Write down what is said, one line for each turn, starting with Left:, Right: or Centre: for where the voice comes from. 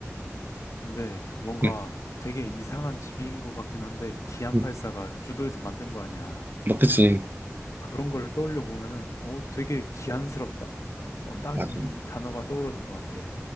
Left: 근데 뭔가
Right: 응.
Left: 되게 이상한 집인 것 같긴 한데 기안팔사가
Right: 응.
Left: 주도해서 만든 거 아니야.
Right: 막, 그치.
Left: 그런 걸 떠올려 보면은 어 되게 기안스럽다. 어 딱
Right: 맞아.
Left: 이 단어가 떠오르는 것 같아.